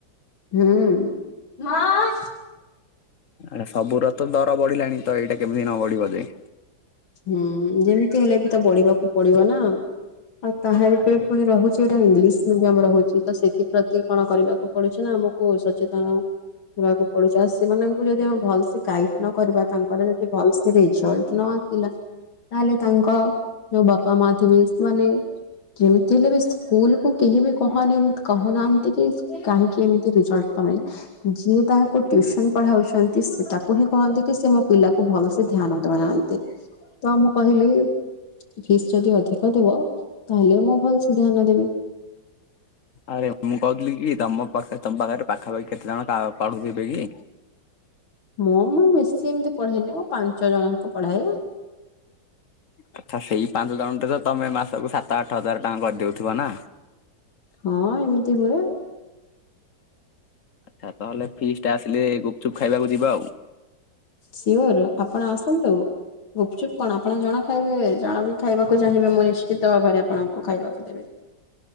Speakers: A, on the left (about 85°); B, on the left (about 50°).
A: ହୁଁ।
B: ଆ ସବୁର ତ ଦର ବଢିଲାଣି ତ ଏଇଟା କେମିତି ନ ବଢିବ ଯେ।
A: ହୁଁ ଯେମିତି ହେଲେ ବି ତ ବଢିବାକୁ ପଡିବ ନା। ଆଉ ତାହେଲେ ବି ପୁଣି ରହୁଛି ଏଇଟା ଇଂଲିଶ ମିଡିୟମ ରହୁଛି ତ ସେଥିପ୍ରତି କଣ କରିବାକୁ ପଡୁଛି ନା ଆମ ଓ ସଚେତନ ହେବାକୁ ପଡୁଛି ଆଉ ସେମାନେ। <unintelligible> ଯଦି ଆମେ ଭଲସେ ଗାଇଡ ନ କରିବା ତାଙ୍କର ଯଦି ଭଲସେ ରେଜଲ୍ଟ ନ। ହେଲା ତାହେଲେ ତାଙ୍କ ଯୋଉ ବାପା, ମା ଥିବେ ସେମାନେ। କେମିତି ହେଲେ ବି ସ୍କୁଲ କୁ କେହି ବି କହନି କହୁନାହାନ୍ତି କି କାହିଁକି ଏମିତି ରେଜଲ୍ଟ। କଲେ। ଯିଏ ତାଙ୍କୁ ଟିଉସନ୍ ପଢାଉଛନ୍ତି ସେ ତାକୁ ହିଁ କହନ୍ତି କି ସେ ମୋ ପିଲାକୁ ଭଲସେ ଧ୍ୟାନ ଦଉନାହାନ୍ତି। ତ ମୁଁ କହିଲି। ଫିସ୍ ଯଦି ଅଧିକ ଦେବ ତାହେଲେ ମୁଁ ଭଲସେ ଧ୍ୟାନ ଦେବି।
B: ଆରେ ମୁଁ କହୁଥିଲି କି ତମ ପାଖେ ତମ୍ ପାଖରେ ପାଖାପାଖି କେତେ ଜଣ କା- ପଢୁଥିବେ କି?
A: ମୁଁ -ମୁଁ ବେଶି ଏମିତି ପଢେଇନି ମୁଁ ପାଞ୍ଚ ଜଣଙ୍କୁ ପଢାଏ।
B: ଆଚ୍ଛା ସେଇ ପାଞ୍ଚ ଜଣ ଟେ ତ ତମେ ମାସକୁ ସାତ ଆଠ ହଜାର ଟଙ୍କା କରିଦଉଥିବ ନା?
A: ହଁ ଏମିତି ହୁଏ।
B: ଆଉ ତାହେଲେ ଫିସ୍ ଟା ଆସିଲେ ଗୁପ୍ ଚୁପ୍ ଖାଇବାକୁ ଯିବା ଆଉ।
A: ସିଓର୍ ଆପଣ ଆସନ୍ତୁ। ଗୁପଚୁପ୍ କଣ ଆପଣ ଜଣେ ଖାଇବେ ଜଣ ବି ଖାଇବାକୁ ଚାହିଁବେ ମୁଁ ନିଶ୍ଚିତ ଭାବରେ ଆପଣଙ୍କୁ ଖାଇବାକୁ ଦେବି।